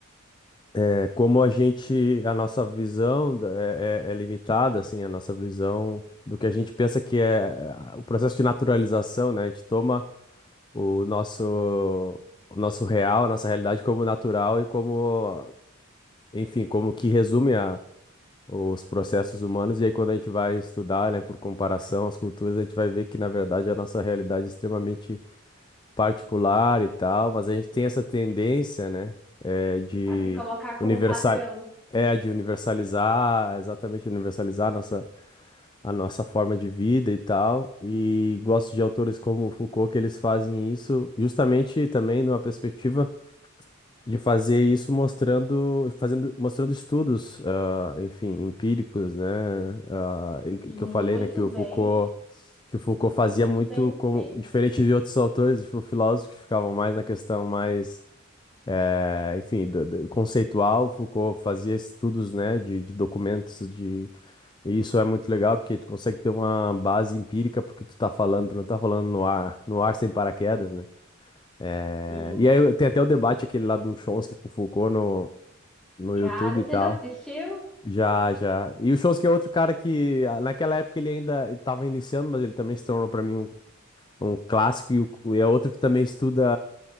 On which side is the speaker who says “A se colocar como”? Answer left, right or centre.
Centre